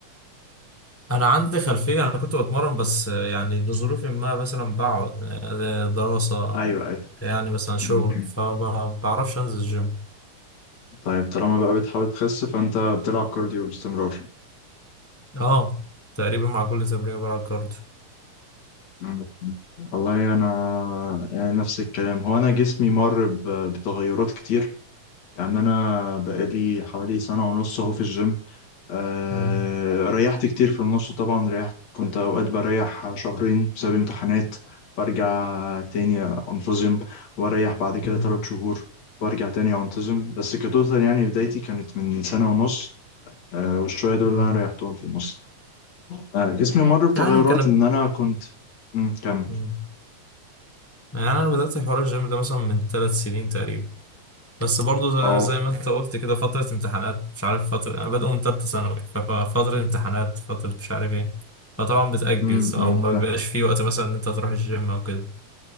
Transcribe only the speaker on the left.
ايوه ايوه
م-م.
طيب طالما بقى بتحاول تخس فانت بتلعب كارديو باستمرار
م-م. والله انا أنا نفس الكلام هو انا جسمي مر ب- بتغيرات كتير يعني أنا بقالي حوالي سنة ونص أهو في الجيم آه
ريحت كتير في النص طبعا ريحت كنت أوقات بريح شهرين بسبب امتحانات وأرجع تاني أنتظم وأريح بعد كده
تلات شهور وأرجع تاني أنتظم بس كتوتال يعني بدايتي كانت من سنة ونص آه والشوية دول
اللي أنا ريحتهم في النص آه جسمي مر بتغيرات
إن أنا كنت مم، كمل
أه
أمم،
أمم،
فاهم.